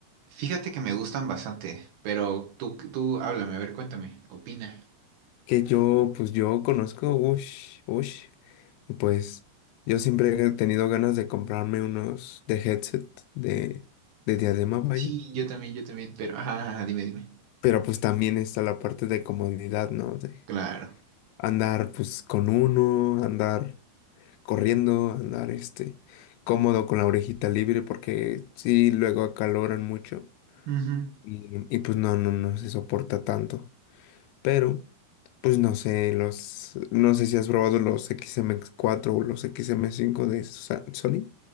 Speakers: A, on the right (about 70°); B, on the left (about 85°).
A: Fíjate que me gustan bastante, pero tú, tú háblame, a ver, cuéntame, opina.
B: Que yo, pues yo conozco, ush, ush. Y pues yo siempre he tenido ganas de comprarme unos de headset de, de diadema, vaya.
A: Sí, yo también, yo también, pero, ajá, ajá, dime, dime.
B: Pero pues también está la parte de comodidad, ¿no? De
A: Claro.
B: andar pues con uno, andar corriendo, andar este cómodo con la orejita libre porque sí luego acaloran mucho
A: Ujú.
B: y, y pues no, no, no se soporta tanto. Pero pues no sé, los, no sé si has probado los x m cuatro o los x m cinco de Sa- Sony.